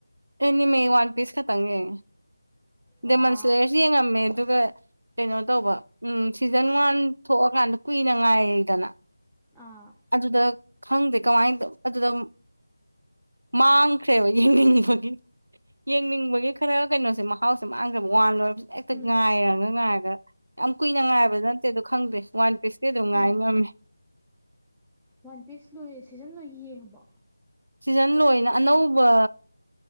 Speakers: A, on the right (about 75°); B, in the centre.
A: ꯑꯦꯅꯤꯃꯤ ꯋꯥꯟ ꯄꯤꯁ ꯈꯛꯇꯪ ꯌꯦꯡꯉꯦ
B: ꯋꯥ
A: ꯗꯦꯃꯣꯟꯁ꯭ꯂꯦꯔꯁꯨ ꯌꯦꯡꯉꯝꯃꯦ ꯑꯗꯨꯒ ꯀꯩꯅꯣ ꯇꯧꯕ ꯎꯝ ꯁꯤꯖꯟ ꯋꯥꯟ ꯊꯣꯛꯑꯀꯥꯟꯗ ꯀꯨꯏꯅ ꯉꯥꯏꯗꯅ
B: ꯑꯥ
A: ꯑꯗꯨꯗ ꯈꯪꯗꯦ ꯀꯃꯥꯏꯅ ꯑꯗꯨꯗ ꯃꯥꯡꯈ꯭ꯔꯦꯕ ꯌꯦꯡꯅꯤꯡꯕꯒꯤ ꯌꯦꯡꯅꯤꯡꯕꯒꯤ ꯈꯔ ꯀꯩꯅꯣꯁꯦ ꯃꯍꯥꯎꯁꯦ ꯃꯥꯡꯒꯔ꯭ꯦ ꯋꯥꯜ ꯂꯣꯏ ꯍꯦꯛꯇ
B: ꯎꯝ
A: ꯉꯥꯏꯔꯒ ꯉꯥꯏꯔꯒ ꯌꯥꯝ ꯀꯨꯏꯅ ꯉꯥꯏꯕꯗ ꯅꯠꯇꯦ ꯑꯗꯣ ꯈꯪꯗ꯭ꯔꯦ ꯋꯥꯟ ꯄꯤꯁꯇ ꯑꯗꯨꯝ ꯉꯥꯏ
B: ꯎꯝ
A: ꯉꯝꯃꯦ
B: ꯋꯥꯟ ꯄꯤꯁ ꯂꯣꯏ ꯁꯤꯖꯟ ꯂꯣꯏ ꯌꯦꯡꯉꯕ
A: ꯁꯤꯖꯟ ꯂꯣꯏꯅ ꯑꯅꯧꯕ